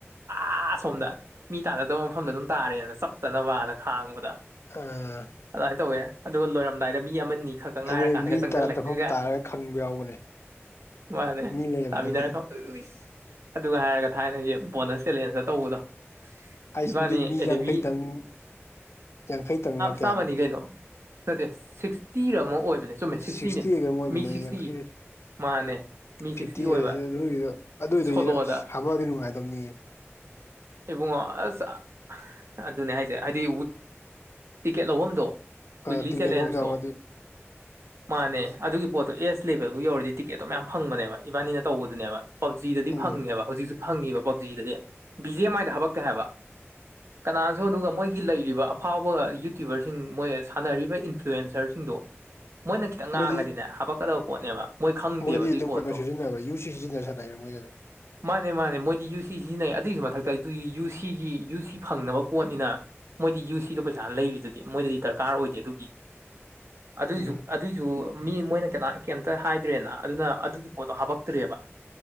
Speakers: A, on the right; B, on the left.
A: ꯑꯥ ꯁꯣꯝꯗ ꯃꯤ ꯇꯥꯟꯅꯗꯕ ꯃꯐꯝꯗ ꯑꯗꯨꯝ ꯇꯥꯔꯦꯅ ꯆꯥꯞꯇꯅꯕꯅ ꯈꯥꯡꯕꯗ
B: ꯎꯝ
A: ꯑꯗꯨꯃꯥꯏꯅ ꯇꯧꯋꯦ ꯑꯗꯨꯒ ꯂꯣꯏꯔꯝꯗꯥꯏꯗ ꯃꯤ ꯑꯃꯅꯤ ꯈꯛ ꯉꯥꯏꯔ
B: ꯑꯗꯨꯅꯦ
A: ꯀꯥꯟꯗꯒ
B: ꯃꯤ
A: ꯆꯪꯁꯤꯜꯂꯛꯄꯤꯒ
B: ꯇꯔꯥ ꯇꯠꯐꯝ ꯇꯥꯔꯒ ꯈꯪꯕ ꯌꯥꯎꯕꯅꯦ
A: ꯃꯥꯅꯦ
B: ꯃꯤ ꯂꯩꯔꯝꯗꯅ
A: ꯇꯥꯃꯤꯟꯅꯈꯣ ꯑ <inaudible> ꯑꯗꯨꯒ ꯍꯥꯏꯔꯒ ꯊꯥꯏꯅꯒꯤ ꯕꯣꯅꯁ ꯆꯦꯂꯦꯟꯖꯇ ꯇꯧꯕꯗꯣ
B: ꯑꯩꯁ
A: ꯏꯕꯥꯅꯤ
B: ꯃꯗꯨꯗꯤ ꯃꯤ
A: ꯑꯦꯗꯤꯕꯤ
B: ꯌꯥꯡꯈꯩꯇꯪ ꯌꯥꯡꯈꯩꯇꯪꯂ ꯀꯌꯥꯅꯣ
A: ꯆꯥꯝꯃꯅꯤ ꯀꯩꯅꯣ ꯅꯠꯇꯦ ꯁꯤꯛꯁꯇꯤꯔ ꯑꯃ ꯑꯣꯏꯕꯅꯦ ꯆꯨꯝꯃꯦ ꯁꯤꯛꯁꯇꯤꯅꯦ
B: ꯁꯤꯛꯁꯇꯤ ꯑꯣꯏꯒꯔ ꯑꯣꯏꯕꯅꯦ
A: ꯃꯤ ꯁꯤꯛꯁꯇꯤ
B: ꯌꯥꯡꯈꯩ
A: ꯃꯥꯅꯦ ꯃꯤ
B: ꯐꯤꯐꯇꯤ
A: ꯁꯤꯛꯁꯇꯤ ꯑꯣꯏꯕ
B: ꯍꯥꯏꯁꯦ ꯑꯗꯨꯒꯤꯗꯣ ꯑꯗꯨꯏꯗꯨ
A: ꯁꯣꯂꯣꯗ
B: ꯑꯁ ꯍꯥꯞꯄꯛꯑꯒꯗꯤ ꯅꯨꯡꯉꯥꯏꯗꯧꯅꯤ
A: ꯏꯕꯨꯡꯉꯣ ꯑꯁ ꯑꯗꯨꯅꯦ ꯍꯥꯏꯁꯦ ꯍꯥꯏꯗꯤ ꯇꯤꯛꯀꯦꯠ ꯂꯧꯐꯝꯗꯣ ꯋꯤꯛꯂꯤ
B: ꯑ ꯇꯤꯀꯦꯠ
A: ꯆꯦꯂꯦꯟꯖꯇꯣ
B: ꯂꯧꯐꯥꯝ ꯌꯥꯎ
A: ꯃꯥꯅꯦ ꯑꯗꯨꯒꯤ ꯄꯣꯠꯇꯣ ꯑꯦꯁ ꯂꯦꯕꯦꯜꯕꯨ ꯌꯧꯔꯗꯤ ꯇꯤꯀꯦꯠꯇꯣ ꯃꯌꯥꯝ ꯐꯪꯕꯅꯦꯕ ꯏꯕꯥꯅꯤꯅ ꯇꯧꯕꯗꯨꯅꯦꯕ ꯄꯞꯖꯤꯗꯗꯤ
B: ꯎꯝ
A: ꯐꯪꯉꯦꯕ ꯍꯧꯖꯤꯛꯁꯨ ꯐꯪꯉꯤꯕ ꯄꯞꯖꯤꯗꯗꯤ ꯕꯤ ꯖꯦ ꯑꯦꯝ ꯃꯥꯏꯗ ꯍꯥꯞꯕꯛꯇꯦ ꯍꯥꯏꯕ
B: <unintelligible>
A: ꯀꯅꯥꯅꯁꯨ ꯑꯗꯨꯒ ꯃꯣꯏꯒꯤ ꯂꯩꯔꯤꯕ ꯑꯐꯥꯎꯕ ꯌꯨꯇ꯭ꯌꯨꯕꯔꯁꯤꯡ ꯃꯣꯏ ꯁꯥꯟꯅꯔꯤꯕ ꯏꯟꯐ꯭ꯂꯨꯋꯦꯟꯁꯔꯁꯤꯡꯗꯣ
B: <unintelligible>
A: ꯃꯣꯏꯅ ꯈꯤꯇꯪ ꯉꯥꯡꯉꯗꯤꯅꯦ
B: ꯃꯣꯏꯗꯤ
A: ꯍꯥꯞꯄꯛꯀꯗꯕ ꯄꯣꯠꯅꯦꯕ ꯃꯣꯏ ꯈꯪꯗꯦꯕ
B: ꯃꯣꯏꯗꯤ
A: ꯑꯗꯨꯏ
B: ꯑꯗꯨꯝ
A: ꯄꯣꯠꯇꯣ
B: ꯀꯩꯅꯣ ꯁꯤꯖꯤꯟꯅꯕ꯭ꯔ ꯌꯨ ꯁꯤ ꯁꯤꯖꯤꯟꯅ ꯁꯥꯟꯅꯩꯔ ꯃꯣꯏꯗꯨꯗꯤ
A: ꯃꯥꯅꯦ ꯃꯥꯅꯦ ꯃꯣꯏꯗꯤ ꯌꯨ ꯁꯤ ꯁꯤꯖꯤꯟꯅꯩ ꯑꯗꯨꯒꯤꯁꯨ ꯃꯊꯛꯇ ꯑꯩꯗꯤ ꯌꯨ ꯁꯤꯒꯤ ꯌꯨ ꯁꯤ ꯐꯪꯅꯕ ꯄꯣꯠꯅꯤꯅ ꯃꯣꯏꯗꯤ ꯌꯨ ꯁꯤꯗ ꯄꯩꯁꯥ ꯂꯩꯔꯤꯗꯨꯗꯤ ꯃꯣꯏꯗꯗꯤ ꯗꯔꯀꯥꯔ ꯑꯣꯏꯗꯦ ꯑꯗꯨꯒꯤ ꯑꯗꯨꯏꯁꯨ
B: ꯎꯝ
A: ꯑꯗꯨꯏꯁꯨ ꯃꯤ ꯃꯣꯏꯅ ꯀꯅꯥ ꯀꯩꯝꯇ ꯍꯥꯏꯗ꯭ꯔꯦꯅ ꯑꯗꯨꯅ ꯑꯗꯨꯒꯤ ꯄꯣꯠꯇꯣ ꯍꯥꯞꯄꯛꯇ꯭ꯔꯦꯕ